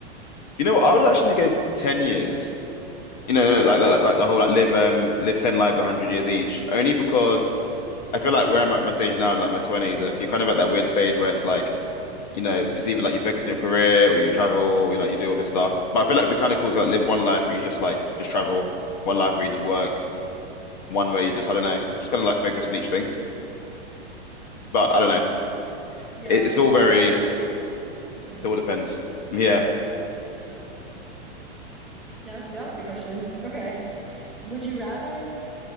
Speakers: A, on the left (about 40°); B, in the centre.
A: You know,
B: Yeah.
A: I would actually go 10 years. You know, like
B: About
A: like,
B: 10
A: like like
B: lives.
A: the whole like live um live 10 lives 100 years each. Only
B: Really?
A: because I feel like where I'm at my stage now in like my 20s, uh, you're kind of at that weird stage where it's like, you know, it's either like you focus on your career or you travel or you like you do all this stuff. But I feel like it'd be kind of cool to like live one life where you just like just travel, one life where you just work, one where you just I don't know, just kind of like focus on each thing.
B: Hmm.
A: But I don't know.
B: Yeah.
A: It, it's all very,
B: No, yeah.
A: it
B: Interesting.
A: all depends. Yeah.
B: Yeah. Yeah, that's a, that was a good question. Okay. Would you rather, I